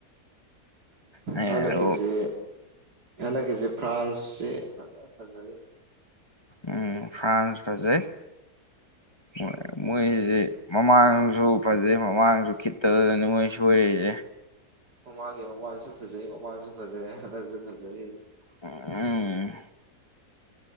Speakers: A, on the left; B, on the right.
A: ꯑꯩ
B: ꯍꯟꯗꯛꯀꯤꯁꯤ ꯍꯟꯗꯛꯀꯤꯁꯤ ꯐ꯭ꯔꯥꯟꯁꯁꯤ ꯐꯖ ꯐꯖꯔꯤ
A: ꯎꯝ ꯐ꯭ꯔꯥꯟꯁ ꯐꯖ‌ꯩ ꯃ‌ꯣꯏ ꯃꯣꯏꯁꯤ ꯃꯃꯥꯡꯁꯨ ꯐꯖꯩ ꯃꯃꯥꯡꯁꯨ ꯈꯤꯠꯇꯗꯗꯅ‌ꯦ ꯃꯣꯏ ꯁꯣꯏꯔꯤꯁꯦ
B: ꯃꯃꯥꯡꯒꯤ ꯃꯃꯥꯡꯁꯨ ꯐꯖꯩ ꯃꯃꯥꯡꯗꯁꯨ ꯐꯖꯩ ꯍꯟꯗꯛꯁꯨ ꯐꯖꯔꯤ
A: ꯎꯝ